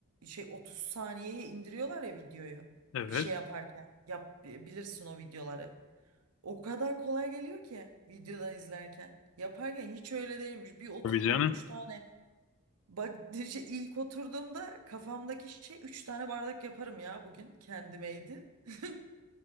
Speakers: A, on the right; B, on the left.
A: Şey 30 saniyeye indiriyorlar ya videoyu.
B: evet.
A: Bir şey yaparken yap e, bilirsin o videoları. O kadar kolay geliyor ki videodan izlerken. Yaparken hiç öyle değilmiş. Bir oturdum
B: Tabii canım.
A: üç tane. Bak <laughs> işte ilk oturduğumda kafamdaki şey üç tane bardak yaparım ya bugün. Kendimeydi. <laughs>